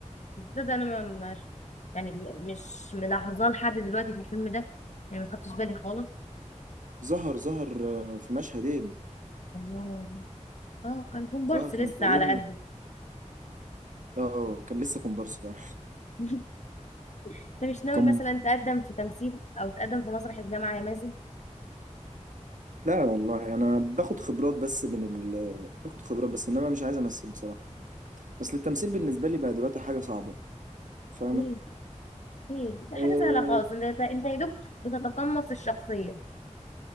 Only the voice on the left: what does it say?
ده انا ما- مش يعني م- مش ملاحظاه لحد دلوقتي في الفيلم ده يعني ما خدتش بالي خالص
الله اه كان كومبارس
لسه
على قده
<laughs> انت مش ناوي
مثلا تقدم في تمثيل او تقدم في مسرح الجامعه يا مازن
ايه ايه ده حاجه
سهله خالص انت انت يا دوب بتتقمص الشخصيه